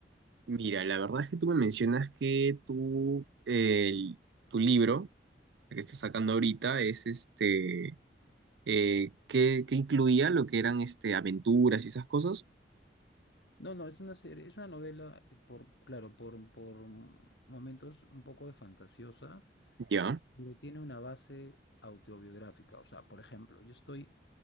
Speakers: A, on the right (about 85°); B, on the left (about 80°).
A: Mira, la verdad es que tú me mencionas que tú, el- tu libro, el que estás sacando ahorita, es este, eh, que, que incluía lo que eran este, aventuras y esas cosas.
B: No, no, es una serie, es una novela, eh, por, claro, por, por momentos un poco de fantasiosa,
A: ¿Ya?
B: pero tiene una base autobiográfica. O sea, por ejemplo, yo estoy